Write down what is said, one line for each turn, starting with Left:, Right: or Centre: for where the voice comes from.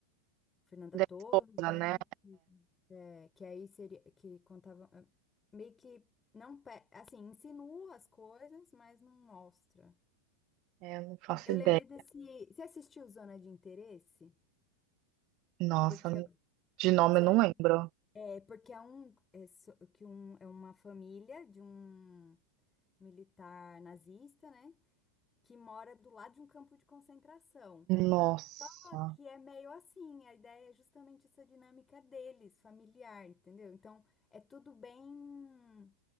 Left: Fernanda
Right: Da
Left: Torres,
Right: esposa,
Left: né?
Right: né?
Left: Que, é, que aí seria que contava eh, meio que não pe- assim, insinua as coisas, mas não mostra.
Right: É, eu não faço
Left: Eu
Right: ideia.
Left: lembrei desse. Você assistiu Zona de Interesse?
Right: Nossa,
Left: Porque
Right: de nome
Left: Zona
Right: eu não lembro.
Left: de- é porque é um é, so- que um é uma família de um militar nazista, né? que mora do lado de um campo de concentração.
Right: Nossa,
Left: Só que é meio assim, a ideia é justamente essa dinâmica deles, familiar, entendeu? Então é tudo bem